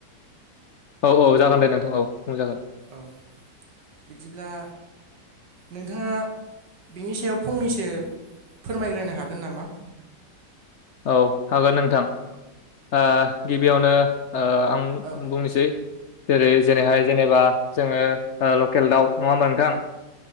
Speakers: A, on the left; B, on the right.
A: औ औ जागोन दे नोंथां औ बुंजागोन।
B: औ बिदिब्ला नोंथाङा बिनि सायाव फंनैसो फोरमायग्रोनो हागोन नामा?
A: औ हागोन नोंथां ओ गिबियावनो ओ आं
B: औ
A: बुंनोसै जेरै जेरैहाय जेनेबा जोङो ओ लकेल दाउ नङा होमबा नोंथां?